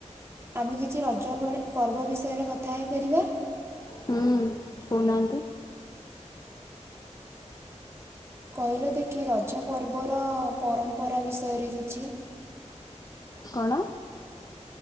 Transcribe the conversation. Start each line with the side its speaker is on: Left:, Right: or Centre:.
Right: ଆମେ କିଛି ରଜ ଭଳି ପର୍ବ ବିଷୟରେ କଥା ହେଇପାରିବା?
Left: ହୁଁ। କହୁନାହାନ୍ତି।
Right: କହିଲ ଦେଖି ରଜ ପର୍ବର ପରମ୍ପରା ବିଷୟରେ କିଛି?
Left: କଣ?